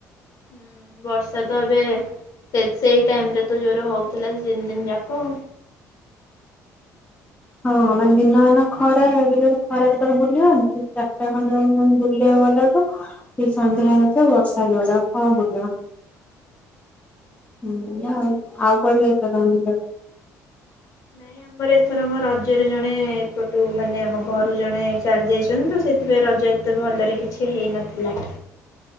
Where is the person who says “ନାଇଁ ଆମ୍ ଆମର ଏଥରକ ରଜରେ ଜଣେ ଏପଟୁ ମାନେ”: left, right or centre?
Left